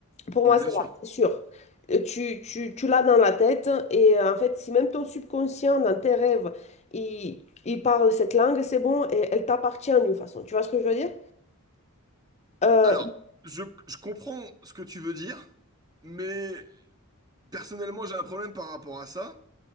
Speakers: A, on the left; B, on the right.
A: Pour
B: Non,
A: moi,
B: Mais bien
A: c'est
B: sûr.
A: là, c'est sûr. Euh, Tu, tu, tu l'as dans la tête et euh, en fait, si même ton subconscient, dans tes rêves, il, il parle cette langue, c'est bon et elle t'appartient d'une façon. Tu vois ce que je veux dire? Euh,
B: Alors, je, je comprends ce que tu veux dire, mais personnellement, j'ai un problème par rapport à ça,